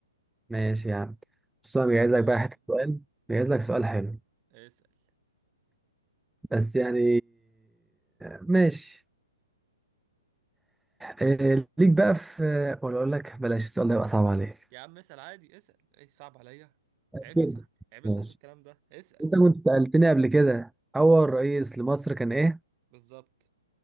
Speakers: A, in the centre; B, on the right.
A: ماشي يا عم بص انا
B: انما
A: جايز لك بقى حتة سؤال جايز لك سؤال حلو
B: اسال
A: بس يعني ماشي آه، ليك بقى في ولا اقول لك بلاش السؤال ده يبقى صعب عليك
B: يا عم اسال عادي اسال ايه صعب عليا
A: أكيد
B: عيب يا صاحبي عيب يا
A: ماشي
B: صاحبي الكلام ده اسال
A: انت كنت سألتني قبل كده اول رئيس لمصر كان ايه
B: بالظبط